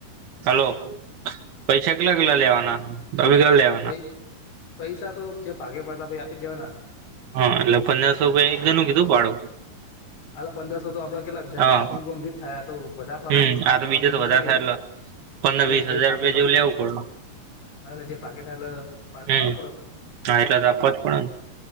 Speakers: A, on the right; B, on the left.
A: હલો પૈસા કેટલા કેટલા લેવાના? તમે કેટલા લેવા?
B: પ પૈસા તો જે ભાગે પડતા પછી આપી જ દેવાના.
A: હા એટલે પંદરસો રૂપિયા એક જ નું કીધું ભાડો.
B: અલે પંદરસો તો આપડે કેટલા થાય
A: હા
B: સુઈ ગમ થાય તો બધા ફરવાનું
A: હમ
B: રાજસ્થાન
A: આ તો બીજે
B: બધું
A: તો
B: ગોઠવીએ.
A: વધારે થાય એટલે પંદર
B: એટલે
A: વીસ
B: જે
A: હજાર
B: ભાગે
A: રૂપિયા
B: પાડતા,
A: જેવું લેવું પડે
B: એટલે જે ભાગે થાય એટલે પાડતા
A: હમ
B: આવવા પડેને.
A: હા એટલે તો આપવા જ પડે ને,